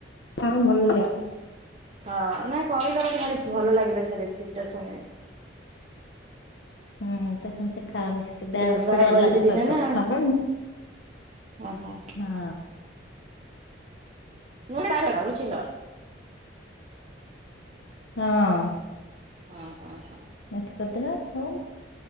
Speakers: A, on the left; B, on the right.
A: ତାହୁଁ ଭଲ ଲାଗେ।
B: ହଁ ନାଇଁ କହିଲ ମତେ ଭାରି ଭଲ ଲାଗିଲା ସେ ରେସିପି ଟା ଶୁଣି
A: ହୁଁହୁଁ ତା ସେମତି ସେ ଖାଆନ୍ତି କି ଦେଆଡୁ
B: ଯଉ ଟ୍ରାଏ
A: ସାଡୁ ଡର
B: କରିବି
A: ଲାଗେ
B: ଦିନେ
A: ସତ
B: ନା
A: ସବେଳେ
B: ଓହୋ
A: ହଁ
B: ପୁଣି ତା କଥା ବୁଝିଲ।
A: ହଁଅ।
B: ହଁ ହଁ ହଁ।
A: ମେଥିପତ୍ର ହଉ।